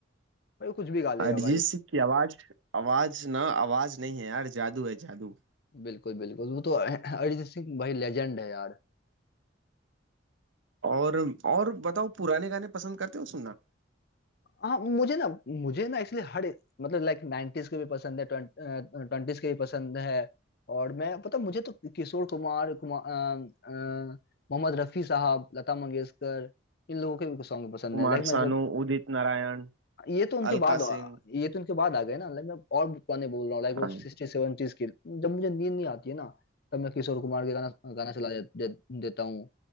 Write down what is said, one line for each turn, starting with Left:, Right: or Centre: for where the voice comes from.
Left: भाई वो कुछ भी गा लेगा
Right: अरिजीत
Left: भाई
Right: सिंह की आवाज आवाज ना आवाज नहीं है यार जादू है जादू
Left: बिल्कुल बिल्कुल वो तो अरिजीत सिंह भाई लेजेंड है यार
Right: और और बताओ पुराने गाने पसंद करते हो सुनना
Left: हाँ मुझे ना मुझे ना एक्चुअली हर एक- मतलब लाइक नाइन्टीज के भी पसंद है ट्वेंटीज के भी पसंद है और मैं पता मुझे तो किशोर कुमार कुमार अ, अ, मोहम्मद रफी साहब लता मंगेशकर इन लोगों के भी सॉन्ग पसंद
Right: कुमार
Left: है लाइक मैं
Right: सानू
Left: जब
Right: उदित नारायण
Left: ये तो उनके
Right: अलका
Left: बाद आ-
Right: सिंह
Left: ये तो उनके बाद आ गए ना लाइक मैं और भी पुराने बोल रहा हूँ लाइक वो
Right: हाँ,
Left: सिक्सटी सेवेंटीज के जब मुझे नींद नहीं आती है ना तब मैं किशोर कुमार के गाना गाना चला दे, दे, देता हूँ